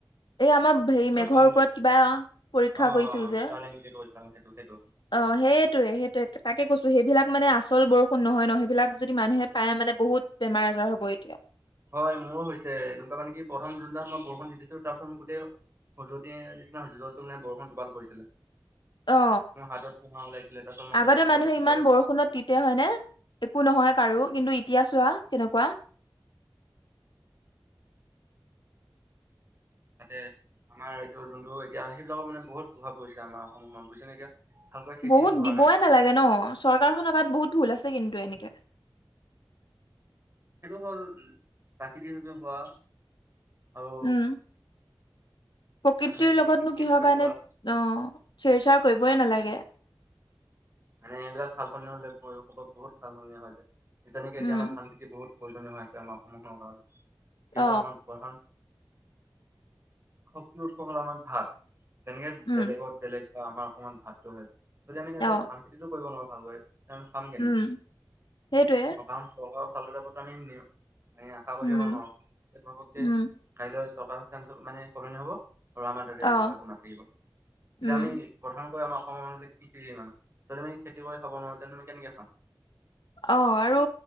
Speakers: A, on the left; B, on the right.
A: এই আমাৰ হেৰি
B: সেইটো
A: মেঘৰ
B: পাহৰিলো
A: ওপৰত কিবা পৰীক্ষা
B: অ'
A: কৰিছিল যে।
B: ষ্টাৰলিংক বুলি কৈছিলা অ, সেইটো সেইটো।
A: অহ সেইটোৱে সেইটোৱে তাকে কৈছো সেইবিলাক মানে আচল বৰষুণ নহয় ন সেইবিলাক যদি মানুহে পাই মানে বহুত বেমাৰ আজাৰ হব এতিয়া।
B: হয় মোৰো হৈছে এনেকুৱা মানে কি প্ৰথম যোনদিনা মই বৰষুণ দি তিতিছো তাৰপিছত মোৰ গোটেই খুজতি নিচিনা হৈছে যত তোৰ মানে বৰষুন টোপাল পৰিছিলে।
A: অ
B: মোৰ হাতত পোহা ওলাইছিলে, তাৰপাছত মই
A: আগতে
B: আকৌ ডক্টৰ
A: মানুহে
B: ওচৰত
A: ইমান
B: গৈ
A: বৰষুণত তিত। তে হয়নে একো নহয় কাৰো। কিন্তু এতিয়া চোৱা কেনেকুৱা।
B: তাতে আমাৰ এইটো যোনটো এতিয়া সেইবিলাকৰ মানে বহুত প্ৰভাৱ পৰিছে। আমাৰ অসমখনত বুজিছে নে এতিয়া? ভালকৈ খেতি
A: বহুত
B: হোৱা
A: দিবই
B: নাই
A: নালাগে ন? চৰকাৰখনৰ গাত বহুত ভুল আছে কিন্তু এনেকে।
B: সেইটো হ'ল উম প্ৰাকৃতিকভাৱে হোৱা। আৰু
A: উম। প্ৰকৃতিৰ
B: মানুহে নিজে
A: লগতনো
B: কৃত্ৰিমভাৱে
A: কিহৰ কাৰণে
B: কৰা
A: অহ চেৰ চাৰ কৰিবই নালাগে।
B: মানে এইবিলাক সাল সলনি হ'লে পৰিৱেশত বহুত সালসলনি হৈ যায়। তেনেকে
A: উম
B: এতিয়া আমাৰ ধান খেতি বহুত। প্ৰয়োজনীয় হৈ আছে। আমাৰ সমূহৰ কাৰণে যিহেতু
A: অ
B: আমাৰ প্ৰধান। শক্তি উৎস হ'ল আমাৰ ভাত তেনেকে
A: উম
B: বেলেগত। বেলেগ বা আমাৰ অসমত ভাততো হয়। যদি আমি ইয়াতে
A: অ
B: ধান খেতিতো কৰিব নোৱাৰোঁ ভালকৈ। তেন খাম কেনেকে?
A: উম সেইটোৱে
B: অ কাৰণ চৰকা চাউল কেইটা ওপৰততো আমি নি মানে আশা কৰিব
A: উম
B: থাকিব নোৱাব। এ ঘপকে
A: উম
B: কাইলৈ চৰকাৰ সিদ্ধান্ত মানে সলনি হব। আৰু আমাৰ তাতে
A: অ
B: এনেকুৱা একো নাথাকিব। এতিয়া
A: উম
B: আমি প্ৰধানকৈ আমাৰ অসমৰ মানুহবিলাক কৃষিজীৱী মানুহ। যদি আমি খেতি কৰি খাব নোৱাৰো তেন্তে আমি কেনেকে খাম?
A: অহ আৰু